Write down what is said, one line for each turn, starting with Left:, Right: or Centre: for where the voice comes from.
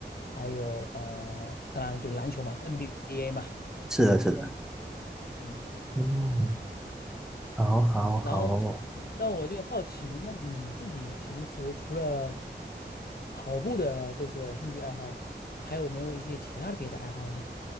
Left: 还有呃，当然就篮球嘛，NBA 嘛。
Centre: 是的，是的。
Left: 嗯，
Centre: 嗯，好，好哦，
Left: 然后
Centre: 好。
Left: 那我就好奇，那你自己平时除了跑步的这个兴趣爱好，还有没有一些其他的别的爱好呢？